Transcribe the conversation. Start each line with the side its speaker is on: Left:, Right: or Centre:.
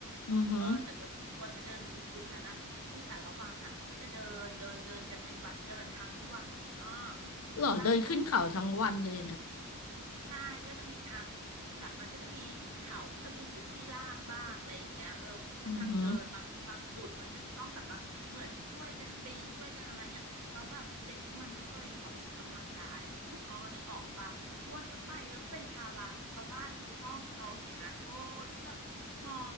Left: อือหือ
Right: เออแต่กว่าจะกว่าจะเดินไปถึงจุดนั้นอะคือแต่ละวันอะก็จะเดินเดินเดินกันเป็นวันเดินทั้งวันคุณอ้อคือร่างกายใคร
Left: เหรอเดินขึ้นเขาทั้งวันเลยนะ
Right: ใช่ก็จะมีทางแบบมันก็จะมีเขามันก็มีจุดที่ลาดบ้างอะไรอย่างเงี้ยเออก็เป็นทางเดินบางบางจุดมันก็จะต้องแบบว่าเหมือนช่วยกันปีนช่วยกันอะไรเงี้ยเราแล้วแบบเด็กที่มันไม่เคยออกกำลังกายอ่ะคุณอ้อนึกออกปะอ้วนก็ไปก็เป็นภาระชาวบ้านชาวช่องเขาอย่างเงี้ยโอ้แล้วก็แบบหอ
Left: อือหือ